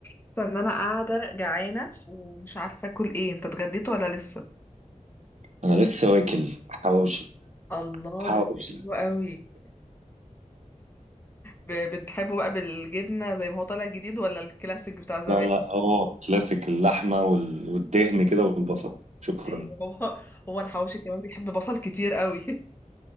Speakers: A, on the left; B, on the right.
A: اصلا ان انا قاعده جعانه ومش عارفه اكل ايه انت اتغديت ولا لسه
B: انا لسه واكل حواوشي
A: الله
B: حواوشي
A: ده حلو قوي ب- بتحبه بقى بالجبنه زي ما هو طالع جديد ولا الكلاسيك بتاع زمان
B: لا لا هو كلاسيك اللحمه وال- والدهن كده والبصل شكرا
A: ايوه هو <laughs> هو الحواوشي كمان بيحب بصل كتير قوي <laughs>